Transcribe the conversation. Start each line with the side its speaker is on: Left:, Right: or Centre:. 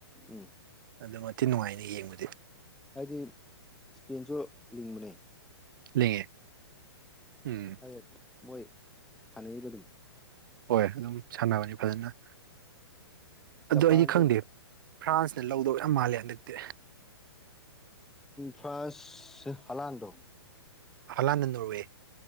Centre: ꯎꯝ
Right: ꯑꯗꯨ ꯃꯇꯤ ꯅꯨꯡꯉꯥꯏꯅ ꯌꯦꯡꯕꯗꯤ
Centre: ꯍꯥꯏꯗꯤ ꯏꯁꯄꯦꯟꯁꯨ ꯂꯤꯡꯕꯅꯦ
Right: ꯂꯩꯉꯦ ꯎꯝ
Centre: ꯑꯩ ꯃꯣꯏ ꯁꯥꯟꯅꯕ ꯑꯗꯨꯝ
Right: ꯍꯣꯏ ꯑꯗꯨꯝ ꯁꯥꯟꯅꯕꯅꯤ ꯐꯖꯅ ꯑꯗꯨ
Centre: ꯖꯄꯥꯟꯁꯨ
Right: ꯑꯩꯗꯤ ꯈꯪꯗꯦ ꯐ꯭ꯔꯥꯟꯁꯅ ꯂꯧꯗꯧ ꯌꯥꯝ ꯃꯥꯜꯂꯦ ꯍꯟꯗꯛꯇꯤ
Centre: ꯐꯔꯁ ꯍꯜꯂ ꯍꯟꯗꯣ
Right: ꯍꯂꯅ ꯅꯣꯋꯦ